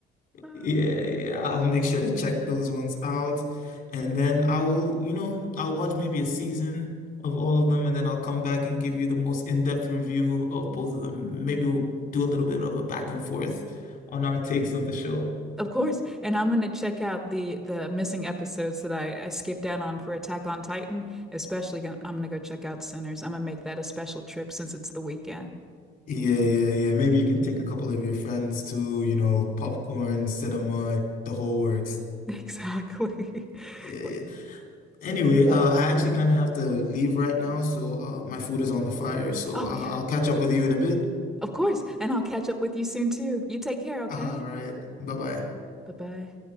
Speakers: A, in the centre; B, on the left.
A: Ah.
B: Yeah, yeah, I'll make sure to check those ones out. And then I will, you know, I'll watch maybe a season of all of them and then I'll come back and give you the most in-depth review of both of them. Maybe we'll do a little bit of a back and forth on our takes of the show.
A: Of course. And I'm gonna check out the the missing episodes that I, I skipped out on for Attack on Titan. Especially gonna, I'm gonna go check out Sinners. I'm gonna make that a special trip since it's the weekend.
B: Yeah, yeah, yeah. Maybe you can take a couple of your friends to, you know, popcorn, cinema, the whole works.
A: <laughs> Exactly.
B: Yeah,
A: <laughs>
B: yeah. Anyway, uh, I actually kind of have to leave right now, so uh, my food is on the fire. So
A: Oh
B: i
A: yeah.
B: I'll catch up with you in a bit.
A: Of course. And I'll catch up with you soon too. You take care, okay?
B: All right. Bye-bye.
A: Bye-bye.